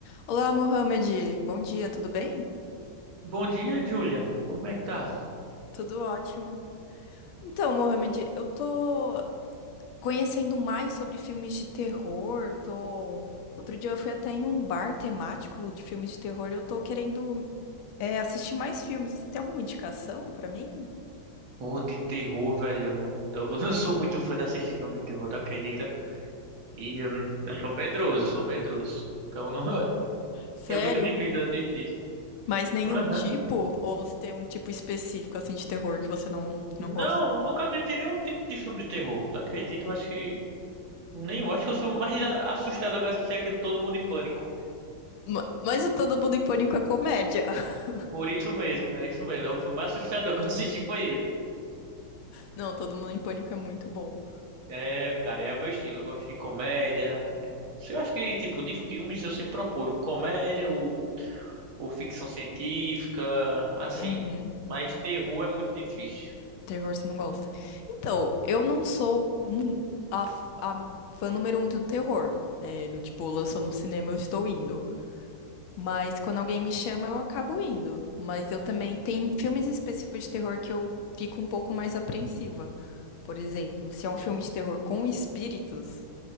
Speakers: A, on the left (about 75°); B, on the right (about 75°).
A: Olá, Mohamed. Bom dia, tudo bem?
B: Bom dia, Júlia. Como é que tá?
A: Tudo ótimo. Então, Mohamed, eu tô conhecendo mais sobre filmes de terror. Tô... Outro dia eu fui até em um bar temático de filmes de terror. Eu tô querendo, é, assistir mais filmes. Você tem alguma indicação pra mim?
B: Pô, de terror, velho. Eu não, tô- <laughs> eu não sou muito fã de assistir filme de terror, tu acredita? E eu, não- eu sou medroso, eu sou medroso. Então não, <laughs>
A: Sério?
B: é muito difícil de assistir.
A: Mas nenhum
B: Aham.
A: tipo? Ou você tem um tipo específico assim de terror que você não,
B: Não,
A: não gosta?
B: nunca assisti nenhum tipo de filme de terror. Tu acredita? Eu acho que. Nem, eu acho que o filme mais a- assustador que eu assisti é aquele Todo Mundo em Pânico.
A: Ma- Mas o Todo Mundo em Pânico é comédia. <laughs>
B: Por isso mesmo, é isso mesmo. É o filme mais assustador <laughs> que eu assisti foi ele.
A: Não, Todo Mundo em Pânico é muito bom.
B: É, cara, é o meu estilo. Eu gosto de comédia. é. Se Eu acho que, tipo, de filmes eu sempre procuro comédia, ou. ou ficção científica, assim.
A: Uhum.
B: Mas terror é muito difícil.
A: Terror você não gosta. Então, eu não sou um- a, f- a fã número um do terror, né? Do tipo, lançou no cinema, eu estou indo. Mas quando alguém me chama, eu acabo indo. Mas eu também tem filmes específicos de terror que eu fico um pouco mais apreensiva. Por exemplo, se é um filme de terror com espíritos,